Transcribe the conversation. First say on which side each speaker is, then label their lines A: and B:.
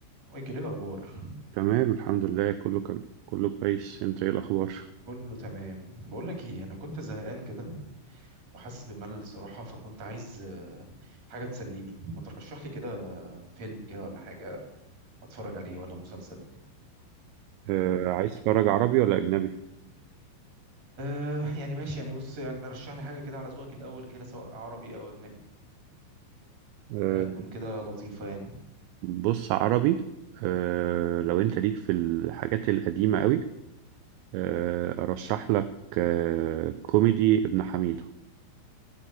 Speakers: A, on the right; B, on the right.
A: مايكل ايه الاخبار
B: تمام الحمد لله كله كم. كله كويس انت ايه الاخبار
A: كله تمام بقول لك ايه انا كنت زهقان كده وحاسس بملل الصراحه فكنت عايز آه، حاجه تسليني ما ترشح لي كده فيلم كده ولا حاجه اتفرج عليه ولا مسلسل
B: آه عايز تتفرج عربي ولا اجنبي
A: آه يعني ماشي يعني بص يعني رشح لي حاجه كده على ذوقك الاول كده سواء عربي او اجنبي
B: آه
A: حاجه تكون كده لطيفه يعني
B: بص عربي آه لو انت ليك في الحاجات القديمة قوي آه ارشح لك آه كوميدي ابن حميدو